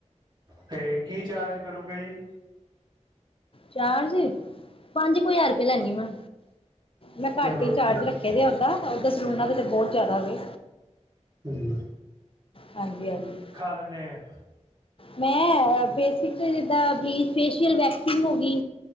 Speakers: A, on the right; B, on the left.
A: ਤੇ ਕੀ ਚਾਰਜ ਕਰੋਂਗੇ ਜੀ?
B: ਚਾਰਜ! ਪੰਜ ਕੁ ਹਜ਼ਾਰ ਪੇ ਲੈਦੀ ਮੈਂ। ਮੈਂ ਘੱਟ
A: ਚਲੋ
B: ਹੀ ਚਾਰਜ
A: ਠੀਕ
B: ਰੱਖੇ ਦੇ ਓਦਾਂ, ਓਦਾਂ ਸਲੂਨਾ ਦੇ ਤੇ ਬੋਤ ਜਾਦਾ ਵੇ।
A: ਹੂੰ।
B: ਹਾਂਜੀ-ਹਾਂਜੀ।
A: ਦਿੰਦੇ ਆ
B: ਮੈਂ, ਬੇਸਿਕ ਜਿੱਦਾਂ ਬਲੀਚ, ਫੇਸ਼ਿਅਲ, ਵੈਕਸਿੰਗ ਹੋ ਗੀ।